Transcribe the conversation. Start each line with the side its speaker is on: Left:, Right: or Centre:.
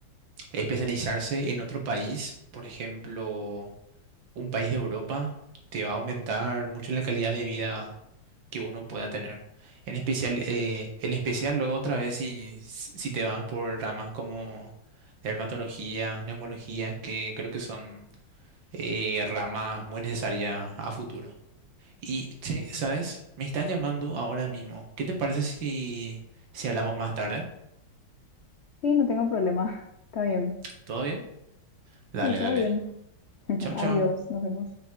Right: especializarse en otro país, por ejemplo, un país de Europa te va a aumentar mucho la calidad de vida que uno pueda tener. En especial, eh, en especial luego otra vez si, si te vas por ramas como dermatología, neumología, que creo que son eh, ramas muy necesarias a futuro. Y, che, ¿sabes? Me están llamando ahora mismo. ¿Qué te parece si, si hablamos más tarde?
Left: Sí, no tengo problema. <laughs> Está bien.
Right: ¿Todo bien? Dale,
Left: Sí, todo
Right: dale.
Left: bien. <laughs>
Right: Chao,
Left: Adiós,
Right: chao.
Left: nos vemos.